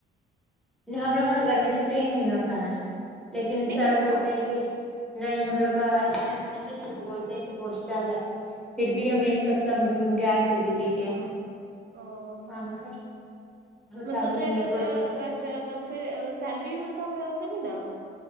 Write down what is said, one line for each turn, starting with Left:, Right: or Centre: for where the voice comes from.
Centre: ہم لوگ کا تو گرمی میں چھٹی ہی نہیں ہوتا ہے لیکن
Right: نہیں
Centre: سر
Right: ہوا
Centre: بولتے
Right: تھا
Centre: ہیں کہ نہیں ہم لوگ کا ایسا ہے ہاسٹل ہائی وہ بولتے ہیں کہ ہاسٹل ہے پھر بھی ہم ایک سپتہ گئے تھے دیدی کے یہاں
Right: اور
Centre: <unintelligible> ہوتا
Right: مطلب
Centre: ہی
Right: تو
Centre: نہیں
Right: یہ تو
Centre: ہے کوئی
Right: ا ڈا اچھا پھر سیلری بھی ملتا ہوگ زیادہ تبھی نا